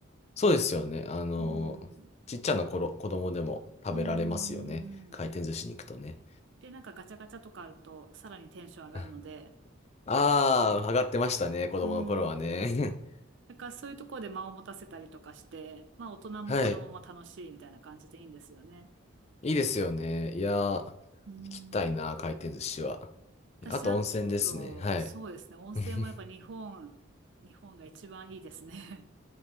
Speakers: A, on the left; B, on the right.
A: そうですよね。あの、
B: うん。
A: ちっちゃな頃、子供でも食べられますよね。
B: うんうんうんうん。
A: 回転寿司に行くとね。
B: で、なんかガチャガチャとかあるとさらにテンション上がるので、
A: <laughs> ああ、上がってましたね、子供の頃はね。
B: うん。だからそういうところで間を持たせたりとかして、まあ大人も子供も楽しいみたいな感じでいいんですよね。
A: <laughs> はい。いいですよね。いやー、行
B: うん。
A: きたいな、回転寿司は。
B: 私、
A: あと温泉ですね。
B: あと、
A: はい。
B: そうですね。温泉もやっぱ日本、
A: <laughs>
B: 日本が一番いいですね。